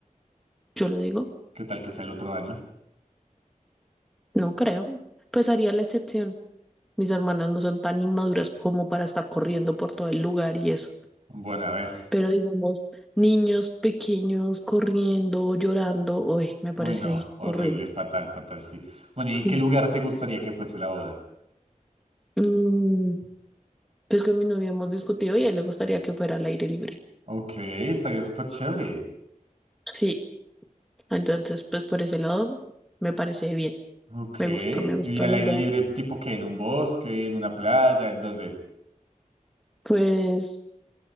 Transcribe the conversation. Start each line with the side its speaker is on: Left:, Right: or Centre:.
Centre: Yo lo digo
Right: ¿Qué tal que sea el otro año?
Centre: No creo. Pues haría la excepción. Mis hermanas no son tan inmaduras como para estar corriendo por todo el lugar y eso.
Right: Bueno a ver,
Centre: Pero digamos, niños pequeños corriendo, llorando, uy, me parece
Right: Uy, no, horrible,
Centre: horrible.
Right: fatal, fatal, sí. Bueno, ¿y en qué
Centre: Sí.
Right: lugar te gustaría que fuese la boda?
Centre: Mm, pues con mi novio hemos discutido y a él le gustaría que fuera al aire libre.
Right: Ok, estaría súper chévere.
Centre: Sí, entonces pues por ese lado me parece bien.
Right: Ok,
Centre: Me
Right: ¿y
Centre: gusta, me gusta
Right: al
Centre: la
Right: aire
Centre: idea.
Right: libre tipo qué? ¿En un bosque? ¿En una playa? ¿En dónde?
Centre: Pues